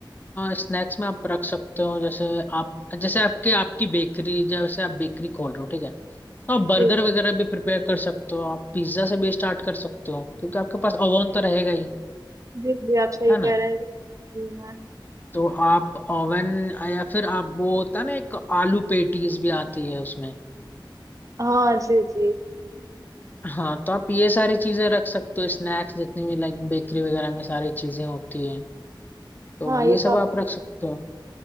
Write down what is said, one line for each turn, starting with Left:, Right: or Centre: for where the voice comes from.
Left: स्नैक्स में आप रख सकते हो जैसे आप जैसे आपके आपकी बेकरी जैसे आप बेकरी खोल रहे हो ठीक है तो आप बर्गर
Right: जी
Left: वगैरह भी प्रिपेयर कर सकते हो आप पिज्जा से भी स्टार्ट कर सकते हो क्योंकि आपके पास ओवन तो रहेगा ही
Right: जी जी आप सही
Left: है
Right: कह
Left: ना
Right: रहे हैं कि मैं
Left: तो आप ओवन या फिर आप वो होता है ना एक आलू पेटीज भी आती है उसमें
Right: हाँ जी जी
Left: हाँ तो आप ये सारी चीजें रख सकते हो स्नैक्स जितनी भी लाइक बेकरी वगैरह में सारी चीजें होती है तो
Right: हाँ
Left: ये
Right: ये
Left: सब
Right: तो आपने
Left: आप रख सकते हो